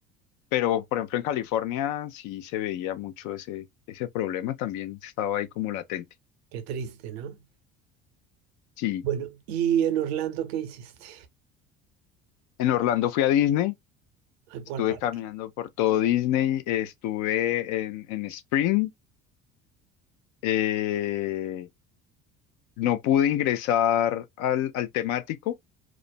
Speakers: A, on the left; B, on the right.
A: Pero, por ejemplo, en California sí se veía mucho ese, ese problema, también estaba ahí como latente.
B: qué triste, ¿no?
A: Sí.
B: Bueno, ¿y en Orlando qué hiciste?
A: En Orlando fui a Disney,
B: ¿A cuál
A: estuve
B: parque?
A: caminando por todo Disney, eh, estuve en, en Spring, eh, no pude ingresar al, al temático